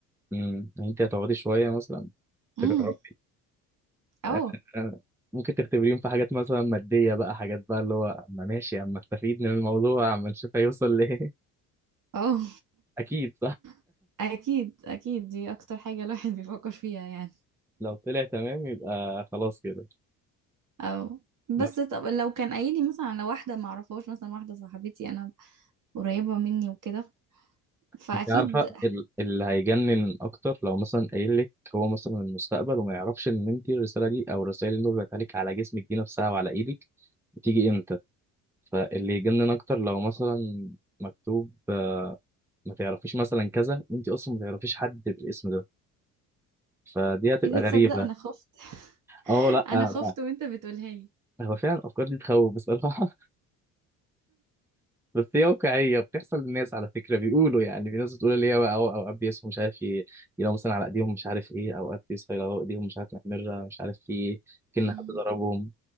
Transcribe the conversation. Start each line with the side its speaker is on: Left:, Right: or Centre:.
Centre: مم. يعني انت هتقعدي شوية مثلا
Right: امم
Centre: تجربي
Right: اه
Centre: <laughs> ممكن تختبريهم في حاجات مثلا مادية بقى حاجات بقى اللي هو اما ماشي اما استفيد من الموضوع اما نشوف هيوصل ليه
Right: اه
Centre: <laughs> اكيد
Right: <laughs> اكيد اكيد دي اكتر حاجة الواحد بيفكر فيها يعني
Centre: لو طلع تمام يبقى خلاص كده
Right: اه
Centre: نفس
Right: بس طب لو كان قايل لي مثلا على واحدة ما اعرفهاش مثلا واحدة صاحبتي انا قريبة مني وكده فاكيد
Centre: انت عارفه ال- اللي هيجنن اكتر لو مثلا قايل لك هو مثلا المستقبل وما يعرفش ان انت الرساله دي او الرسائل اللي وقعت عليك على جسمك دي نفسها وعلى ايدك بتيجي امتى فاللي يجنن اكتر لو مثلا مكتوب آه، ما تعرفيش مثلا كذا وانت اصلا ما تعرفيش حد بالاسم ده فدي هتبقى
Right: اذا
Centre: غريبه
Right: تصدق انا خفت <laughs>
Centre: اه لا
Right: انا
Centre: آه،
Right: خفت وانت بتقولها لي
Centre: هو فعلا الافكار دي تخوف بصراحه بس هي واقعية بتحصل للناس على فكرة بيقولوا يعني في ناس بتقول اللي هي بقى أو- أوقات بيصحوا مش عارف ي- يلاقوا مثلا على إيديهم مش عارف إيه أوقات بيصحوا يلاقوا إيديهم مش عارف محمرة مش عارف في إيه كأن
Right: <laughs>
Centre: حد ضربهم